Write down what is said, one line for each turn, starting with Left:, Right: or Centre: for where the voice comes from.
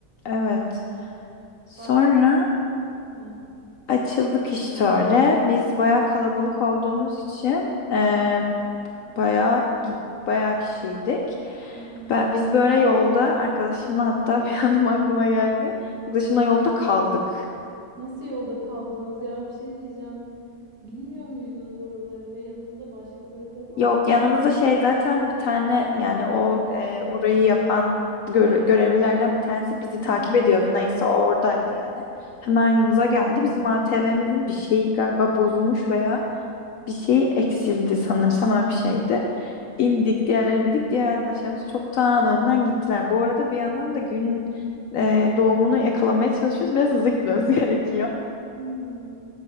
Left: Evet. Sonra
Right: Bak. Ha.
Left: açıldık işte öyle. Biz bayağı kalabalık olduğumuz için eee bayağı git bayağı kişiydik.
Right: hı hı.
Left: Ben, biz böyle yolda arkadaşımla hatta bir <laughs> anım aklıma geldi. Arkadaşımla yolda kaldık.
Right: Nasıl yolda kaldınız ya? Bir şey diyeceğim. Bilmiyor muydunuz oraları ve yanınızda başkaları da vardı?
Left: Yok yanımızda şey zaten bir tane yani o e, orayı yapan gör- görevlilerden bir tanesi bizi
Right: Hı hı.
Left: takip ediyordu. Neyse o oradaydı yani. Hemen yanımıza geldi. Bizim ATV'mizin bir şeyi galiba bozulmuş veya bir şey eksildi sanırsam öyle bir şeydi. İndik diğerleri indik. Diğer arkadaşlarımız çoktan önden gittiler. Bu arada bir yandan da gün e, doğumunu yakalamaya çalışıyoruz. Biraz hızlı gitmemiz <laughs> gerekiyor.
Right: Hı